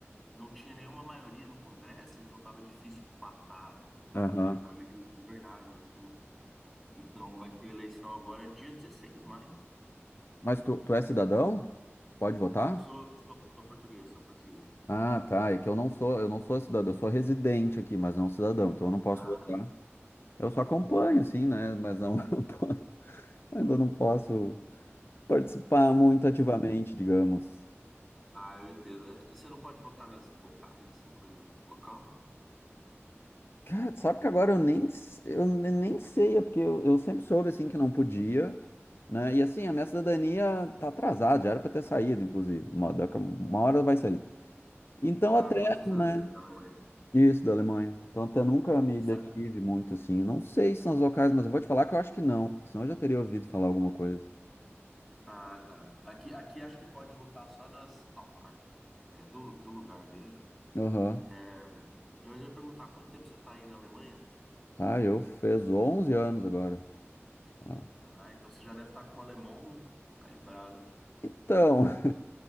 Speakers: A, in the centre; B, on the left.
A: não tinha nenhuma maioria no Congresso, então tava difícil passar as
B: Aham.
A: leis, tava meio ingovernável, assim. Então vai ter eleição agora dia 16 de maio.
B: Mas tu, tu é cidadão? Tu pode votar?
A: Sou, sou, sou português, sou português.
B: Ah, tá. É que eu não sou, eu não sou cidadão, eu sou residente aqui, mas não cidadão, então eu não posso
A: Ah,
B: votar. Eu só acompanho, assim, né? Mas não, <laughs> eu po- ainda não posso participar muito ativamente, digamos.
A: Ah, eu entendo. É, Você não pode votar nas locais, assim, coisa local?
B: Cara, sabe que agora eu nem, s- eu ne- nem sei, é porque eu, eu sempre soube, assim, que não podia, né? E assim, a minha cidadania tá atrasada, já era pra ter saído, inclusive. Uma, daqui a uma hora vai sair. Então até,
A: Tá, há quantos
B: né?
A: anos aí na Alemanha?
B: Isso, da Alemanha. Então, até nunca me
A: Sa-
B: detive muito, assim. Não sei se são os locais, mas eu vou te falar que eu acho que não. porque Senão eu já teria ouvido falar alguma coisa.
A: Ah, tá. Aqui, aqui acho que pode votar só nas autárquicas, que é do, do lugar mesmo.
B: Aham.
A: É, eu ia perguntar, quanto tempo você tá aí na Alemanha?
B: Ah, eu fez 11 anos agora. Ah.
A: Ah, então você já deve estar com o alemão calibrado.
B: Então, <laughs>